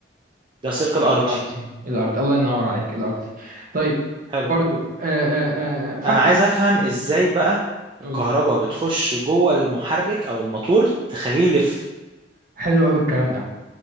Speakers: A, on the right (about 25°); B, on the right (about 50°).
A: ده السلك الارضي
B: الارضي الارض الله ينور عليك الارضي طيب
A: حلو
B: برضو آه، آه، آه، آه، فاحنا
A: انا عايز افهم
B: مم،
A: ازاي بقى الكهرباء
B: قولي
A: بتخش جوه المحرك او الموتور تخليه يلف
B: حلو قوي الكلام ده